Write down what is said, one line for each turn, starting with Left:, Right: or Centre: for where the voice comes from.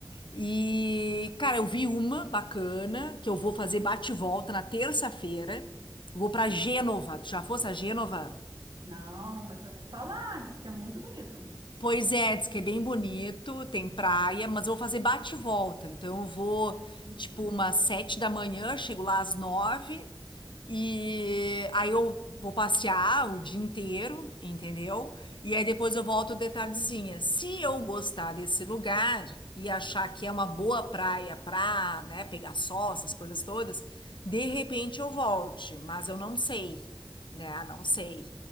Left: E, cara, eu vi uma bacana, que eu vou fazer bate-volta e volta na terça-feira. Vou pra Gênova. Tu já fosse a Gênova?
Right: Não, mas já ouvi falar, disse que é muito bonito.
Left: Pois é, diz que é bem bonito, tem praia, mas eu vou fazer bate e volta. Então eu vou,
Right: Uhum.
Left: tipo, umas sete da manhã, chego lá às nove, e aí eu vou passear o dia inteiro, entendeu? E aí depois eu volto de tardezinha. Se eu gostar desse lugar e achar que é uma boa praia pra, né, pegar sol, essas coisas todas, de repente eu volte, mas eu não sei né? Não sei.